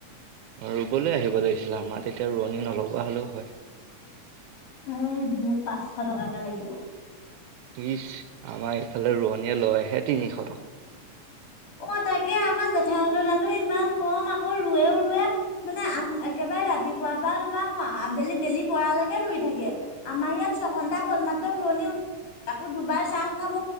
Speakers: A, on the right (about 80°); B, on the left (about 80°).
A: ৰুবলৈ আহিব লাগিছিলে, আমাৰ তেতিয়া ৰোৱনী নলগোৱা হ'লেও হয়।
B: ওহ' মোক পাঁচশ টকাকে লাগিব।
A: ইচ্, আমাৰ ইফালে ৰোৱনীয়ে লয় হে তিনিশ টকা।
B: অ' তাকে আমাৰ জেঠাহঁতৰ তাতো ইমান কম, আকৌ ৰুৱেও ৰুৱে মানে আহ একে বাৰে ৰাতিপুৱা পৰা <unintelligible> আবেলি বেলি পৰালৈকে ৰুই থাকে। আমাৰ ইয়াত ছঘন্টা হ'ল মাত ৰোৱনী <inaudible> আকৌ দুবাৰ চাহ খাব,